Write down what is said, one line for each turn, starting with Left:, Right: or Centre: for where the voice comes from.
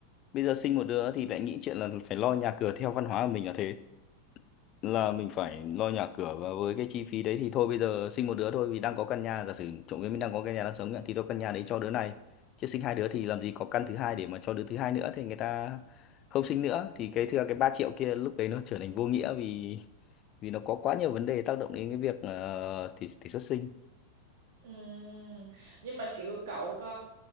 Left: bây giờ sinh một đứa thì lại nghĩ chuyện là phải lo nhà cửa theo văn hóa của mình là thế là mình phải lo nhà cửa và với cái chi phí đấy thì thôi bây giờ sinh một đứa thôi vì đang có căn nhà giả sử trộm vía mình đang có căn nhà đang sống ạ, thì tôi căn nhà đấy cho đứa này chứ sinh hai đứa thì làm gì có căn thứ hai để mà cho đứa thứ hai nữa thì người ta không sinh nữa thì cái thưa cái 3 triệu kia lúc đấy nó trở thành vô nghĩa vì vì nó có quá nhiều vấn đề tác động đến cái việc ờ, tỷ tỷ suất sinh
Right: Ừm, Nhưng mà kiểu cậu có